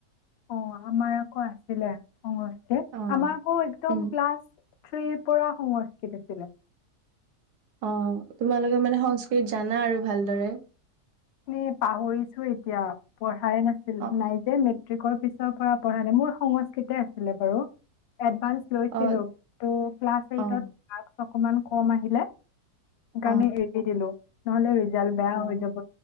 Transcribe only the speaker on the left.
অ আমাৰ আকৌ আছিলে। অ
আমাৰ আক একদম
ক্লাছ থ্ৰি পৰা সংস্কৃত আছিলে
লি পাহৰিছো এতিয়া পঢ়া - চাৰে নাছিল
নাই যে মৃত কি কয় পিছৰ পৰা পঢ়া নে মোৰ সংস্কৃতে আছিলে বাৰু এড পালচ লৈছিলো
টু ক্লাচ এইটট
মাৰ্ক্স অকমান কম আহিলে গানে
এৰি দিলো নহলে ৰিজ- জাল বেয়া
হৈ যাব